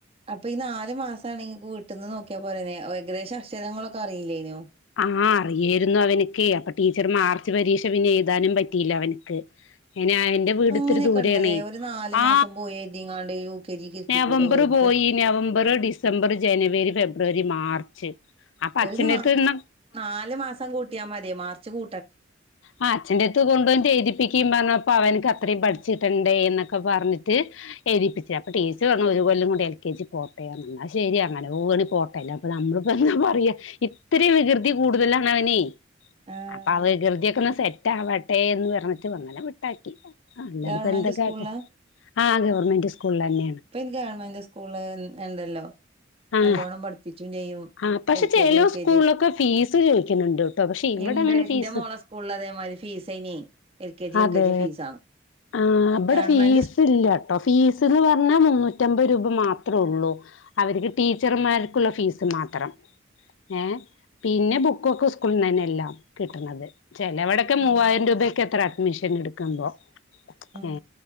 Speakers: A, on the right (about 30°); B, on the left (about 80°).
A: അപ്പ ഈ നാല് മാസാണെങ്കി ഇങ്ങക്ക് വീട്ട്ന്ന് നോക്കിയാ പോരെയ്ന്നോ ഏ ഓ ഏകദേശം അക്ഷരങ്ങളൊക്കെ അറീല്ലെയ്നോ
B: ആ അറിയെര്ന്നു അവന്ക്കെ അപ്പ ടീച്ചർ മാർച്ച് പരീക്ഷ പിന്നെ എഴ്താനും പറ്റീല്ല അവെൻക്ക് അയിൻ അയെന്റെ വീട്
A: അങ്ങനെയൊക്കെ
B: ഇത്തിരി ദൂരെ
A: ഉണ്ടല്ലേ
B: ആണെ
A: ഒരു നാല്
B: ആ
A: മാസം പോയി എഴുതിങ്ങാണ്ട് യു കെ ജിക്ക് ഇരുത്തിക്കൂടെ
B: നവംബെർ
A: വെറുതെ
B: പോയി ഞ്ഞ് November, December, January, February, March അപ്പ
A: ഒരു
B: അച്ഛെന്റെ
A: നാ
B: എട്ത്ത് നിന്നാ
A: നാല് മാസം കൂട്ടിയാ മതിയെ മാർച്ച് കൂ
B: ആ അച്ഛെന്റെ എട്ത്ത് കൊണ്ടോന്ന്ട്ട് എഴ്തിപ്പിക്കിം പർണെപ്പം അവെൻക്ക് അത്രിം പഠിച്ച് കിട്ടെണ്ടെ ന്നൊക്കെ പർൺട്ട് എഴ്തിപ്പിച്ചാ അപ്പ ടീച്ചർ പർണു ഒര് കൊല്ലം കൂടി എൽ. കെ. ജി പോട്ടെ പർണു ഇന്നാ ശരി പർണു അല്ലാ പോവാണെ പോട്ടെ അല്ലാപ്പം നമ്മളിപ്പം എന്താ പറയാ ഇത്രിം വികൃ തി കൂട്തെലാണ് അവനെയ്
A: ആഹ്
B: അപ്പാ ആ വൃകൃതിതിയൊക്കെ ഒന്ന് സെറ്റ് ആവാട്ടെന്ന് പർണിട്ട് അങ്ങെനെ വിട്ടാക്കി അല്ലാതെപ്പം
A: ഗവൺമെന്റ്
B: എന്താ കാട്ടാ
A: സ്കൂളില്
B: ആ ഗവെർമെന്റ് സ്കൂളിലെന്നെ
A: ഇപ്പ അയിന് ഗവൺമെന്റ് സ്കൂൾ ന് ഇണ്ടെല്ലോ
B: ആ
A: നല്ലോണ്ണം പഠിപ്പിച്ചും ചെ
B: ആ പക്ഷെ
A: എൽ
B: ചെലോ
A: കെ ജി, യു കെ
B: സ്കൂളിലൊക്കെ
A: ജി.
B: ഫീസ് ചോദിക്കുന്നുണ്ട് ട്ടോ പക്ഷെ ഇവിടെ
A: ഇണ്ട്
B: അങ്ങനെ ഫീസ്
A: ന്റെ മോളെ സ്കൂളിലതെ മാരി ഫീസേനെ L K G,
B: അതെ
A: U K ജി ഫീസാണ്.
B: ആ ഇബടെ
A: ഗവൺമെന്റ്
B: ഫീസ് ഇല്ല ട്ടോ ഫീസ്ന്ന് പർ ന്ന് പർണാ മുന്നുറ്റ അമ്പത് രൂപ മാത്രം ഒള്ളു അവര്ക്ക് ടീച്ചർമാർക്കുള്ള ഫീ മാത്രം ഏ പിന്നെ ബുക്കൊക്കെ സ്കൂള്ന്നന്നെയെല്ലാം കിട്ട്ണത്. ചെലവടൊക്കെ
A: സ്കൂ
B: മൂവായിരം രൂപക്കെത്രെ അഡ്മിഷൻ എടുക്കുമ്പോ
A: ഉം
B: ഏ